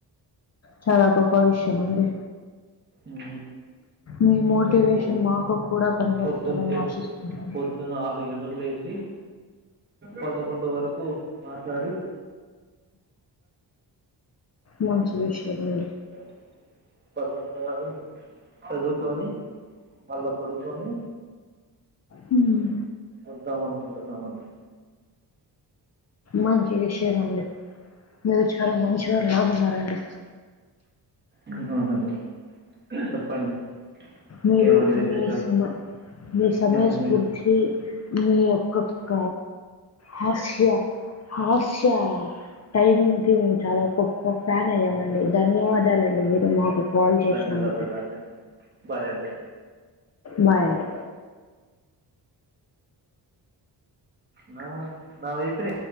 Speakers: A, on the left (about 40°); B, on the right (about 25°).
A: చాలా గొప్ప విషయం అండి
B: హమ్
A: మీ మోటివేషన్
B: రేపు
A: మాకు కూడా పనికొస్తదని
B: పొద్దున ఎ
A: ఆశిస్తున్నాను.
B: పొద్దున ఆరు గంటలకి లే సి పదకొండు వరకు మాట్లాడి
A: మంచి విషయమే
B: సడ పదకొండు వరేమో చదువుకొని మళ్ళా పడుకొని
A: హ్మ్.
B: వద్దం అనుకుంటున్నామండి
A: మంచి విషయమండి మీరు చాలా మంచివారు
B: మ్మ్.
A: లాగ ఉన్నారండి
B: ఉన్నానండి చెప్పండి
A: మీరు
B: ఇంకేమండి విశేషాలు
A: మీ సమ మీ సమయస్ఫూర్తి
B: మ్మ్.
A: మీ యొక్కక్క హాస్య హాస్య టైమింగ్ కి మేము చాలా గొప్ప ఫ్యాన్ అయ్యామండి ధన్యవాదాలండి మీరు మాకు కాల్ చేసినందుకు
B: ధన్యవాదాల అండి బాయ్ అండి
A: బాయ్ అండి
B: నా నా వైఫే